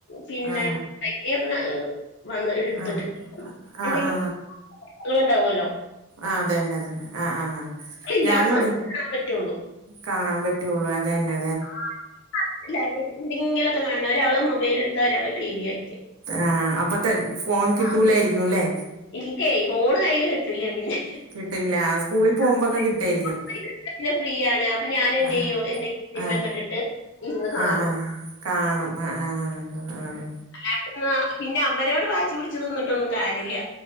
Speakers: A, on the left; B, on the right.
A: പിന്നെ
B: ആ
A: പെട്ടിയൊക്കെ വന്ന് എട്ത്തിട്ട്ണ്ട്
B: ആ ആ
A: എന്തെങ്കിലും
B: ആ
A: ങ്ങൾണ്ടാവും അല്ലോ
B: ആഹ് അത തന്നെതന്നെ ആഹ് ആഹ് ആ്ഹ്
A: ഇല്ലാത്ത
B: ഞാനും
A: സമയത്ത്
B: അതെ
A: കാണാൻ പറ്റുള്ളൂ
B: കാണാൻ പറ്റുള്ളൂ അത തന്നെ
A: ആഹ് അല്ല അവർക്ക് എന്തെങ്കിലൊക്കെ കാണണം ഒരാള് മൊബൈല എടുത്താ ഒരാള് ടി വി ആയിരിക്കും
B: ആഹ് അപ്പത്തെ ഫോൺ കിട്ടൂലായിരിക്കുംല്ലേ
A: ആ ഇല്ലേ ഫോണ് കയ്ൽ കിട്ടില്ല പിന്നെ
B: കിട്ടില്ല സ്കൂളിൽ പോകുമ്പോക്കെ
A: <unintelligible>
B: കിട്ടായിരിക്കും
A: നെറ്റ് ഫ്രീയണ് അപ്പൊ ഞാൻ എന്തെയും
B: ആഹ്
A: എന്തെങ്കിലും സിനിമയൊക്കെ
B: ആഹ്
A: ഇട്ടിട്ട് ഇരുന്ന് കാണും
B: ആഹ് ആഹ് കാണും ആഹ് ആഹ് ആഹ് ആഹ്
A: അട്ടന്ന് പിന്നെ അവരോട് വാശി പിടിച്ച് തിന്നിട്ടൊന്നും കാര്യമില്ല